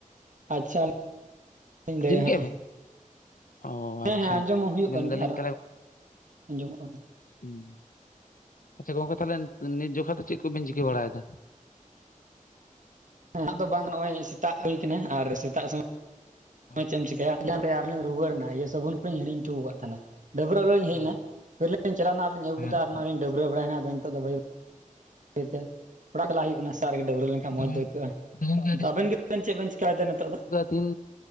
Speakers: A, on the right (about 65°); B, on the left (about 80°).
A: ᱟᱪᱪᱷᱟ
B: ᱟᱸᱡᱚᱢ
A: ᱞᱟᱹᱭᱟ
B: ᱠᱮᱜᱼᱟ
A: ᱦᱟᱸᱜ
B: ᱵᱮᱱ? ᱚ
A: ᱦᱮᱸ
B: ᱟᱪᱪᱷᱟ
A: ᱦᱮᱸ ᱟᱸᱡᱚᱢ ᱦᱚᱸ ᱦᱩᱭᱩᱜ
B: ᱢᱮᱱᱫᱟᱞᱤᱧ
A: ᱠᱟᱱ ᱜᱮᱭᱟ ᱟᱨ <inaudible> ᱟᱸᱡᱚᱢᱚᱜ ᱠᱟᱱᱜᱮᱭᱟ
B: ᱦᱩᱸ ᱟᱪᱪᱷᱟ ᱜᱚᱢᱠᱮ ᱛᱟᱦᱞᱮ ᱱᱤᱛ ᱡᱚᱠᱷᱟ ᱫᱚ ᱪᱮᱫ ᱠᱚᱵᱤᱱ ᱪᱤᱠᱟᱹ ᱵᱟᱲᱟᱭᱮᱫᱟ?
A: <unintelligible> ᱫᱚ ᱵᱟᱝ ᱱᱚᱜᱼᱚᱸᱭ ᱥᱮᱛᱟᱜ ᱦᱩᱭ ᱠᱟᱱᱟ ᱟᱨ ᱥᱮᱛᱟᱜ <unintelligible>
B: ᱦᱩᱸ
A: ᱦᱳᱭ ᱪᱮᱫ ᱮᱢ ᱪᱤᱠᱟᱹᱭᱟ <unintelligible> ᱟᱨᱞᱤᱧ ᱨᱩᱣᱟᱹᱲᱮᱱᱟ ᱤᱭᱟᱹ ᱥᱟᱵᱚᱱ ᱠᱚᱞᱤᱧ ᱦᱤᱲᱤᱧ ᱴᱩᱣ ᱟᱠᱟᱫ ᱛᱟᱦᱮᱱᱟ ᱰᱟᱹᱵᱨᱟᱹᱜ ᱟᱨᱚᱧ ᱦᱮᱡ
B: ᱚ
A: ᱮᱱᱟ ᱯᱷᱤᱨᱞᱤᱧ ᱪᱟᱞᱟᱣᱮᱱᱟ ᱟᱨᱞᱤᱧ ᱟᱹᱜᱩ ᱠᱮᱫᱟ
B: ᱟᱪᱪᱷᱟ
A: ᱟᱨ ᱱᱚᱜᱼᱚᱸᱭ ᱞᱤᱧ ᱰᱟᱹᱵᱽᱨᱟᱹ ᱵᱟᱲᱟᱭᱮᱱᱟ ᱟᱫᱚ ᱱᱤᱛᱚᱜ ᱫᱚ <unintelligible> <unintelligible> ᱵᱟᱹᱭ ᱛᱮ ᱚᱲᱟᱜ ᱪᱟᱞᱟᱜ ᱦᱩᱭᱩᱜ ᱠᱟᱱᱟ ᱥᱮᱛᱟᱜ ᱨᱮᱜᱮ ᱰᱟᱹᱵᱽᱨᱟᱹ ᱞᱮᱱᱠᱷᱟᱱ
B: ᱟᱫᱚ
A: ᱢᱚᱡᱽ ᱫᱚ ᱟᱹᱭᱠᱟᱹᱜᱼᱟ,
B: ᱜᱚᱝᱠᱮ
A: ᱛᱚ ᱟᱵᱮᱱ ᱜᱮᱵᱮᱱ ᱪᱮᱫ ᱵᱮᱱ ᱪᱮᱠᱟᱭᱮᱫᱟ ᱱᱤᱛᱚᱜ ᱫᱚ?
B: ᱫᱤᱱ